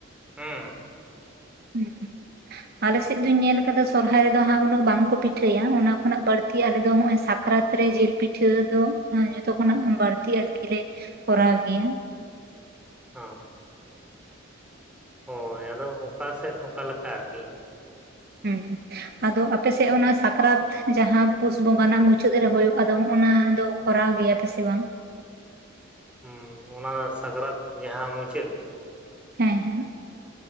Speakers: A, in the centre; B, on the right.
A: ᱦᱩᱸ᱾
B: ᱦᱩ‌ᱸ ᱦᱩᱸ᱾ ᱟᱞᱮ ᱥᱮᱫ ᱫᱩᱧ ᱧᱮᱞ ᱠᱟᱫᱟ ᱥᱚᱨᱦᱟᱭ ᱨᱮᱫᱚ ᱦᱟᱸᱜ ᱩᱱᱟᱹᱜ ᱵᱟᱝ ᱠᱚ ᱯᱤᱴᱷᱟᱹᱭᱟ ᱚᱱᱟ ᱠᱷᱚᱱᱟᱜ ᱵᱟᱹᱲᱛᱤ ᱟᱞᱮ ᱫᱚ ᱦᱚᱸᱜ-ᱚᱭ ᱥᱟᱠᱼᱼ ᱠᱨᱟᱛ ᱨᱮ ᱡᱤᱞ ᱯᱤᱴᱷᱟᱹ ᱫᱚ ᱚᱸ ᱡᱚᱛᱚ ᱠᱷᱚᱱᱟᱜ ᱵᱟᱲᱛᱤ ᱟᱨ ᱠᱤ ᱞᱮ ᱠᱚᱨᱟᱣ ᱜᱮᱭᱟ᱾
A: ᱦᱚᱸ, ᱦᱳᱭ ᱟᱫᱚ ᱚᱠᱟ ᱥᱮᱫ ᱚᱠᱟ ᱞᱮᱠᱟ ᱟᱨ ᱠᱤ?
B: ᱦᱩᱸ ᱟᱫᱚ ᱟᱯᱮ ᱥᱮᱜ ᱚᱱᱟ ᱥᱟᱠᱨᱟᱛᱼᱼ ᱡᱟᱦᱟᱸ ᱯᱩᱥ ᱵᱚᱸᱜᱟ ᱨᱮᱱᱟᱜ ᱢᱩᱪᱟᱹᱫ ᱨᱮ ᱦᱚᱭᱚᱜ ᱟᱫᱚ ᱚᱱᱟ ᱫᱚ ᱠᱚᱨᱟᱣ ᱜᱮᱭᱟ ᱯᱮ ᱥᱮ ᱵᱟᱝ?
A: ᱦᱚᱸ ᱚᱱᱟ ᱥᱟᱠᱨᱟᱛ ᱡᱟᱦᱟᱸ ᱢᱩᱪᱟᱹᱫᱼᱼ
B: ᱦᱮᱸ ᱦᱮᱸ᱾